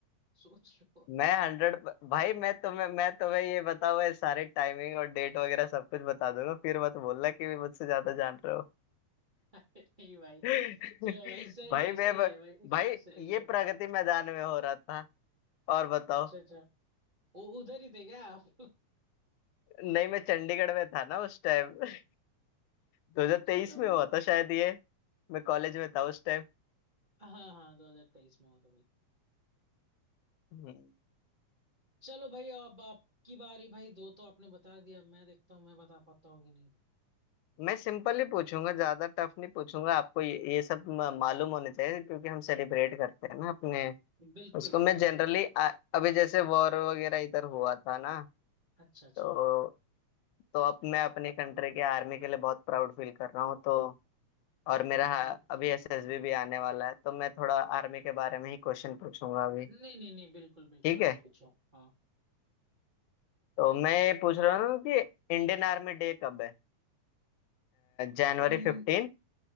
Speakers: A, on the right; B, on the left.
A: सोच लो
B: मैं हंड्रेड भाई मैं तुम्हें मैं तुम्हें ये बताऊँ सारे टाइमिंग और डेट वगैरह सब कुछ बता दूंगा फिर मत बोलना कि भी मुझसे ज्यादा जान रहे हो
A: अरे नहीं भाई
B: <laughs>
A: चलो भाई सही
B: भाई
A: है
B: मैं
A: सही है भाई
B: भाई
A: सही
B: ये
A: है
B: प्रगति मैदान में हो रहा था और बताओ
A: अच्छा अच्छा वो उधर ही थे क्या आप
B: नहीं मैं चंडीगढ़ में था ना उस टाइम <laughs> 2023
A: चलो
B: में
A: भाई
B: हुआ था शायद ये मैं कॉलेज में था उस टाइम
A: हाँ हाँ दो हजार तेईस में हुआ था भाई
B: हम्म।
A: चलो भाई अब आपकी बारी भाई दो तो आपने बता दिया मैं देखता हूँ मैं बता पाता होगी नहीं
B: मैं सिंपल ही पूछूंगा ज्यादा टफ नहीं पूछूंगा आपको ये, ये सब म- मालूम होने चाहिए क्योंकि हम सेलिब्रेट करते हैं ना अपने
A: बिल्कुल
B: उसको
A: बिल्कुल
B: मैं जनरली
A: बिल्कुल
B: अभी जैसे वॉर वगैरह इधर हुआ था ना
A: अच्छा अच्छा
B: तो तो अब मैं अपने कंट्री के आर्मी के लिए बहुत प्राउड फील कर रहा हूँ तो और
A: हम्म
B: मेरा
A: हम्म,
B: हाँ,
A: हम्म।
B: अभी एसएसबी भी आने वाला है तो मैं थोड़ा आर्मी के बारे में ही क्वेश्चन पूछूंगा अभी
A: नहीं नहीं नहीं बिल्कुल बिल्कुल
B: ठीक
A: आप
B: है
A: पूछो हाँ
B: तो मैं ये पूछ रहा हूँ कि इंडियन आर्मी डे कब है जनवरी
A: इन
B: फिफ्टीन